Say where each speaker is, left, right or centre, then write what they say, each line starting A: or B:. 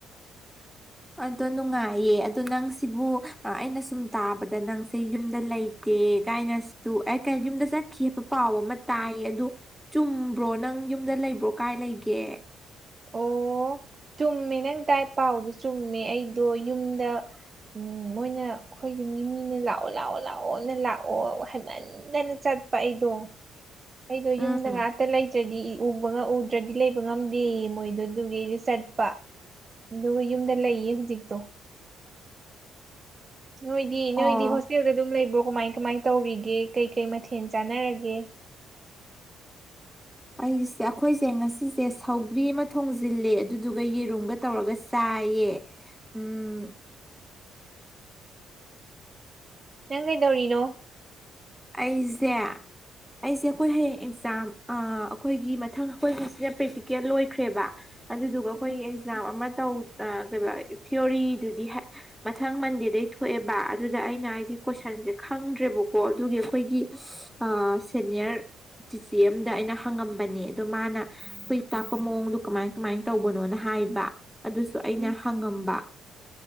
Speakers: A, in the centre; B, on the right.
A: ꯑꯗꯣ ꯅꯨꯡꯉꯥꯏꯌꯦ ꯑꯗꯣ ꯅꯪ ꯁꯤꯕꯨ ꯑ ꯑꯩꯅ ꯁꯨꯝ ꯇꯥꯕꯗ ꯅꯪꯁꯦ ꯌꯨꯝꯗ ꯂꯩ ꯇꯦ ꯀꯥꯏꯅꯁꯨ ꯑꯩ ꯀ ꯌꯨꯝꯗ ꯆꯠꯈꯤꯕ ꯄꯥꯎ ꯑꯃ ꯇꯥꯏꯌꯦ ꯑꯗꯨ ꯆꯨꯝꯕ꯭ꯔꯣ ꯅꯪ ꯌꯨꯝꯗ ꯂꯩꯕ꯭ꯔꯣ ꯀꯥꯏ ꯂꯩꯒꯦ
B: ꯑꯣ ꯆꯨꯝꯃꯦ ꯅꯪ ꯇꯥꯏ ꯄꯥꯎꯗꯨ ꯆꯨꯝꯃꯦ ꯑꯩꯗꯣ ꯌꯨꯝꯗ ꯎꯝ ꯃꯣꯏꯅ ꯈꯣꯏ ꯌꯨꯝꯒꯤ ꯃꯤꯅ ꯂꯥꯛꯑꯣ ꯂꯥꯛꯑꯣ ꯂꯥꯛꯑꯣꯅ ꯂꯥꯛꯑꯣ ꯍꯥꯏꯩꯃꯟꯗꯅ ꯆꯠꯄ ꯑꯩꯗꯣ ꯑꯩꯗꯣ
A: ꯎꯝ
B: ꯌꯨꯝꯗ ꯉꯥꯛꯇ ꯂꯩꯇ꯭ꯔꯗꯤ ꯎꯕꯒ ꯎꯗ꯭ꯔꯗꯤ ꯂꯩꯕ ꯉꯝꯗꯦꯌꯦ ꯃꯣꯏꯗꯣ ꯑꯗꯨꯒꯤ ꯑꯩꯖꯨ ꯆꯠꯄ ꯑꯗꯨꯒ ꯌꯨꯝꯗ ꯂꯩꯌꯦ ꯍꯧꯖꯤꯛꯇꯣ ꯅꯣꯏꯗꯤ
A: ꯑꯣ
B: ꯅꯣꯏꯗꯤ ꯍꯣꯁꯇꯦꯜꯗ ꯑꯗꯨꯝ ꯂꯩꯕ꯭ꯔꯣ ꯀꯃꯥꯏ ꯀꯃꯥꯏ ꯇꯧꯔꯤꯒꯦ ꯀꯩ ꯀꯩ ꯃꯊꯦꯜ ꯆꯥꯟꯅꯔꯒꯦ
A: ꯑꯩꯁꯦ ꯑꯈꯣꯏꯁꯦ ꯉꯁꯤꯁꯦ ꯁꯧꯒ꯭ꯔꯤ ꯑꯃ ꯊꯣꯡꯖꯤꯜꯂꯦ ꯑꯗꯨꯗꯨꯒ ꯌꯦꯔꯨꯝꯒ ꯇꯧꯔꯒ ꯆꯥꯏꯌꯦ ꯎꯝ
B: ꯅꯪ ꯀꯩꯗꯧꯔꯤꯅꯣ
A: ꯑꯩꯖꯦ ꯑꯩꯁꯦ ꯑꯩꯈꯣꯏ ꯍꯌꯦꯡ ꯑꯦꯛꯖꯥꯝ ꯑ ꯑꯈꯣꯏꯒꯤ ꯃꯊꯪ ꯑꯩꯈꯣꯏ ꯉꯁꯤꯅ ꯄ꯭ꯔꯦꯛꯇꯤꯀꯦꯜ ꯂꯣꯏꯈ꯭ꯔꯦꯕ ꯑꯗꯨꯗꯨꯒ ꯑꯩꯈꯣꯏꯒꯤ
B: ꯎꯝ
A: ꯑꯦꯛꯖꯥꯝ ꯑꯃ ꯇꯧ ꯑ ꯀꯩꯕ ꯊꯤꯑꯣꯔꯤꯗꯨꯗꯤ ꯍ ꯃꯊꯪ ꯃꯟꯗꯦꯗꯩ ꯊꯣꯛꯑꯦꯕ ꯑꯗꯨꯗ ꯑꯩꯅ ꯑꯩꯒꯤ ꯀꯣꯏꯁꯟꯖꯦ ꯈꯪꯗ꯭ꯔꯦꯕꯀꯣ ꯗꯨꯒꯤ ꯑꯩꯈꯣꯏꯒꯤ <unintelligible> ꯑꯥ ꯁꯦꯅꯤꯌꯔ ꯆꯤꯆꯦ ꯑꯝꯗ ꯑꯩꯅ ꯍꯪꯉꯝꯕꯅꯦ ꯗꯣ ꯃꯥꯅ ꯑꯩꯈꯣꯏ ꯇꯥꯛꯄ ꯃꯑꯣꯡꯗꯣ ꯀꯃꯥꯏ ꯀꯃꯥꯏ ꯇꯧꯕꯅꯣꯅ ꯍꯥꯏꯕ ꯑꯗꯨꯁꯨ ꯑꯩꯅ
B: ꯎꯝ
A: ꯍꯪꯉꯝꯕ